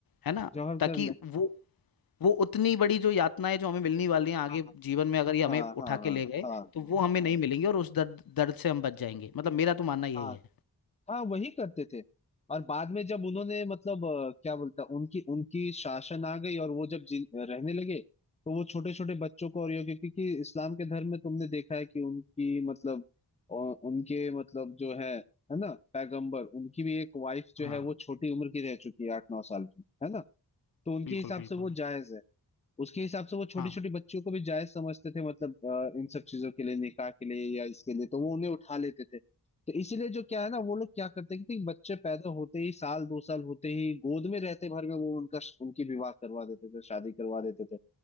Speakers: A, on the left; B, on the left.
A: है ना
B: जौहर
A: ताकि
B: कर ले
A: वो वो उतनी बड़ी जो यातनाएं जो हमें मिलने वाली हैं आगे
B: हाँ
A: जीवन में अगर ये हमें
B: हाँ
A: उठा
B: हाँ
A: के ले गए
B: हाँ
A: तो वो हमें नहीं मिलेंगी और उस दर्द दर्द से हम बच जाएंगे मतलब मेरा तो मानना यही
B: हाँ
A: है
B: हाँ वही करते थे और बाद में जब उन्होंने मतलब अ, क्या बोलता उनकी उनकी शासन आ गई और वो जब जी, रहने लगे तो वो छोटे छोटे बच्चों को और ये क्योंकि क्योंकि इस्लाम के धर्म में तुमने देखा है कि उनकी मतलब अ, उनके मतलब जो है है ना पैगंबर उनकी भी एक वाइफ जो
A: हाँ
B: है वो छोटी उम्र की रह चुकी है आठ नौ साल की है ना तो उनके
A: बिल्कुल
B: हिसाब
A: बिल्कुल
B: से वो जायज है उसके हिसाब से वो छोटी
A: हाँ
B: छोटी बच्चियों को भी जायज समझते थे मतलब अ, इन सब चीजों के लिए निकाह के लिए या इसके लिए तो वो उन्हें उठा लेते थे तो इसीलिए जो क्या है ना वो लोग क्या करते हैं कि बच्चे पैदा होते ही साल दो साल होते ही गोद में रहते भर में वो उनका उनकी विवाह करवा देते थे शादी करवा देते थे